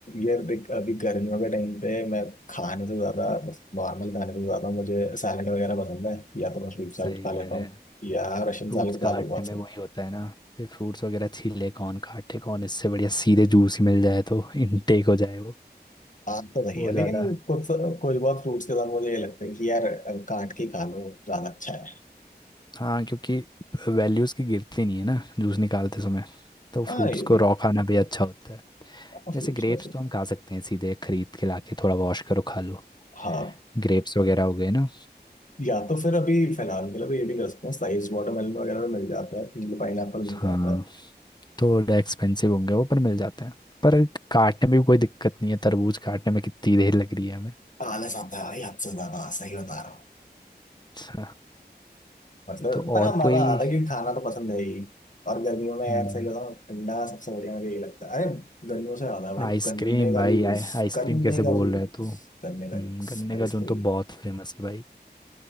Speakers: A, on the left; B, on the left.
A: यार देख अभी गर्मियों के टाइम पे मैं खाने से ज्यादा नॉर्मल खाने से ज्यादा मुझे सैलड वगैरह पसंद है या तो मैं स्वीट
B: सही
A: सैलड खा
B: कह
A: लेता
B: रहे
A: हूँ
B: हैं
A: या रशियन
B: फ्रूट्स
A: सैलड खा
B: काटने
A: लो बहुत
B: में
A: सही
B: वही होता है ना कि फ्रूट्स वगैरह छीले कौन काटे कौन इससे बढ़िया सीधे जूस ही मिल जाए तो <laughs> इनटेक हो जाए वो
A: आप तो सही
B: वो
A: है
B: ज़्यादा
A: लेकिन कुछ कुछ बहुत फ्रूट्स के साथ मुझे ये लगता है कि यार काट के खा लो ज्यादा अच्छा है
B: हाँ क्योंकि वैल्यूज़ की गिरती नहीं है ना जूस निकालते समय तो फ्रूट्स
A: हाँ ये भी
B: को
A: है
B: रॉ खाना भी अच्छा होता है
A: फ्रूट्स
B: जैसे ग्रेप्स
A: वैसे
B: तो हम खा सकते हैं सीधे खरीद के लाके थोड़ा वॉश करो खा लो
A: हाँ
B: ग्रेप्स वगैरह हो गए ना
A: या तो फिर अभी फिलहाल के लिए भी ये भी कर सकते हैं साइज वाटरमेलन वगैरह में मिल जाता है पीले पाइन मिल
B: हाँ
A: जाता है
B: थोड़े एक्सपेंसिव होंगे वो पर मिल जाते हैं पर काटने में भी कोई दिक्कत नहीं है तरबूज काटने में कितनी देर लग रही है हमें
A: आलस आता है भाई हद से ज्यादा सही बता रहा हूँ
B: हाँ,
A: मतलब
B: तो
A: पर
B: और
A: हाँ, मजा
B: कोई
A: आता है क्योंकि खाना तो पसंद है ही और गर्मियों में
B: हम्म,
A: यार सही बताऊँ ठंडा सबसे बढ़िया मुझे यही लगता है अरे गर्मियों से ज्यादा भाई
B: आइसक्रीम
A: गन्ने का
B: भाई
A: जूस
B: आ, आइसक्रीम
A: गन्ने
B: कैसे
A: का
B: भूल
A: जूस
B: रहे तू
A: गन्ने का
B: हम्म,
A: जूस
B: गन्ने
A: आइसक्रीम
B: का जून तो बहुत फेमस है भाई